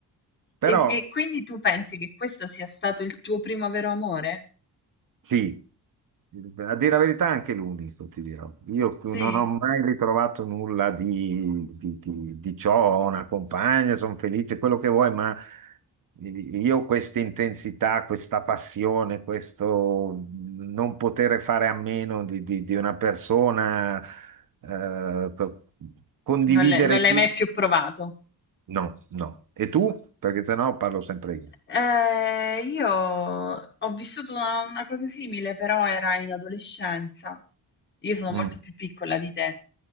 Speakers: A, on the left; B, on the right.
A: E
B: Però
A: e quindi tu pensi che questo sia stato il tuo primo vero amore?
B: Sì, a dire la verità anche l'unico, ti dirò. Io non
A: Sì?
B: ho mai ritrovato nulla di, di- di- di ciò, ho una compagna, sono felice, quello che vuoi, ma io questa intensità, questa passione, questo non poter fare a meno di, di- di una persona, eh, co- condividere
A: Non l'hai non l'hai
B: tutto,
A: mai più provato?
B: no, no. E tu? Perché sennò parlo sempre io.
A: Eh, io ho vissuto una, una cosa simile, però era in adolescenza. Io sono
B: Mm,
A: molto più piccola di te.